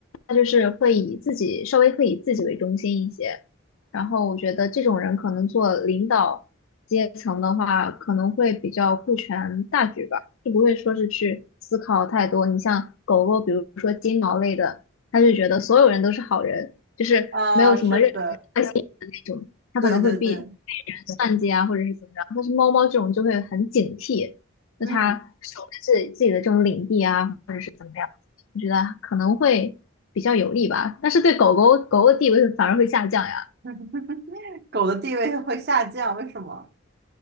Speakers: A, on the left; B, on the right.
A: 他就是会以自己稍微会以自己为中心一些。然后我觉得这种人可能做领导阶层的话，可能会比较顾全大局吧，就不会说是去思考太多。你像狗狗，比如说金毛类的，他就觉得所有人都是好人，就是没有什么任何坏心的那种，
B: 啊，是的，
A: 他可能会被被人算计啊，
B: 对对对，
A: 或者是怎么样。但是猫猫这种就会很警惕，
B: 嗯，
A: 就它守着自己自己的这种领地啊，或者是怎么样。我觉得可能会比较有利吧。但是对狗狗狗狗的地位反而会下降呀，
B: <laughs> 狗的地位会下降，为什么？